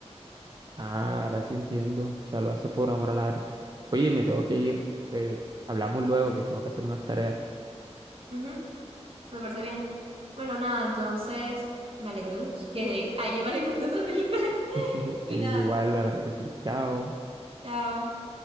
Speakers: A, on the right; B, on the right.
A: Ah, ahora sí entiendo. O sea, lo hace por amor al arte. Oye, me tengo que ir. eh, hablamos luego que tengo que hacer unas tareas.
B: Ujú. Me parece bien. Bueno, nada, entonces me alegro que a alguien más le gustó esa película. <laughs>
A: <laughs> Sí,
B: Y
A: igual,
B: nada,
A: la verdad que sí. Chao.
B: chao.